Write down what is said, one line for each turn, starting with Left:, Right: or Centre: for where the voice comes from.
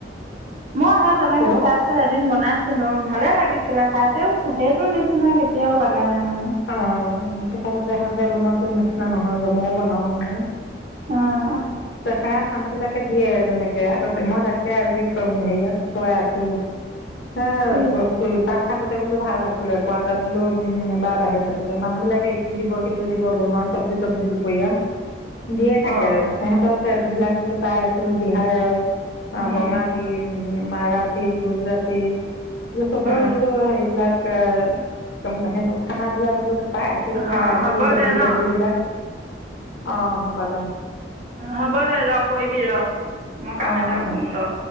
Right: মই হে তেনেকে
Left: বহুত
Right: চাই চাই এদিন বনাইছিলো ভালে লাগিছিলে খাই তেও সেইটো নিচিনা কেতিয়াও লগা নাই মানে
Left: আহ তাহাঁতে বনোৱাতো নিচিনা নহয় যে মই বনাওটো নহয়
Right: আহ
Left: সেইয়াত মানুহ বিলাকে দিয়ে তেনেকে আগতে মই তাকে আজি কম হেৰিয়াক কৈ আছো হে
Right: কি
Left: বস্তু তাত থাকোতে বোলো ভাল আছিলে কোৱা তাত বোলো উম বা বাহিৰত থাকো যে মানুহ বিলাকে এইটো দিব সেইটো দিব বনোৱা চবজি তবজি দুপৰীয়া দিয়ে থাকে
Right: অ
Left: সিহঁত তেচবিলাক বোলো পাই আছিলো বিহাৰৰ অ
Right: উম
Left: বঙালী উ মাৰাঠী গুজৰাতি চবৰে
Right: অ অ
Left: বোলো হেৰিবিলাক দম মেম <unintelligible> খানাবিলাক বোলো পাই আছিলো খাই
Right: অ
Left: আছিলো
Right: হ'ব
Left: চবজি
Right: দে ন
Left: তবজি বিলাক আহ হব দে
Right: হ'ব দে ৰ কৰিবি ৰ মই কাম
Left: অঁ
Right: এটা
Left: অঁ
Right: কৰোঁ ৰ